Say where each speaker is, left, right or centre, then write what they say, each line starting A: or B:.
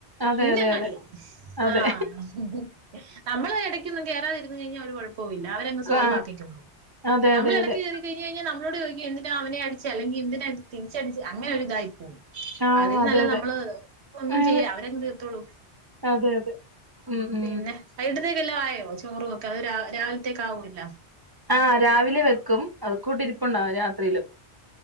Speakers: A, on the right; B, on the right.
A: അതെ
B: പിന്നെങ്ങടിയാ
A: അതെ അതെ അതെ
B: ആഹ നമ്മള് ഇടക്കൊന്നും കേറാതിരുന്നു കഴിഞ്ഞാൽ ഒരു കൊഴ പ്പവും ഇല്ല അവരങ് സോൾവ്
A: കാ
B: ആക്കിക്കോളും
A: അതെ
B: നമ്മളടക്ക്
A: അതെ അതെ
B: കയറി കഴിഞ് കഴിഞ്ഞാ നമ്മോട് ചോദിക്ക യെന്തിനാ അവനെ അടി ചെ അല്ലെങ്കി എന്തിനായിട്ട് തിരിച്ചടിച്ച് അനൊ ഇതായി പോകും
A: ആഹ്
B: അതിൽ
A: അതെ
B: നല്ലത്
A: അതെ
B: നമ്മള് ഒന്നും
A: ഏ,
B: ചെയ്യാ അവരെങ്ങെ തീർത്തോളൂ
A: അതെ അതെ ഉം ഉ
B: പിന്നെ വയികിടത്തേക്കെല്ലാം ആയോ ചോറുംവൊക്കെ അത് രാവിലത്തേക്ക ആാവുല്ല
A: ആഹ രാവിലെ വെക്കും അത് കൂട്ട് ഇരിപ്പുണ്ടാവും രാത്രിയിലും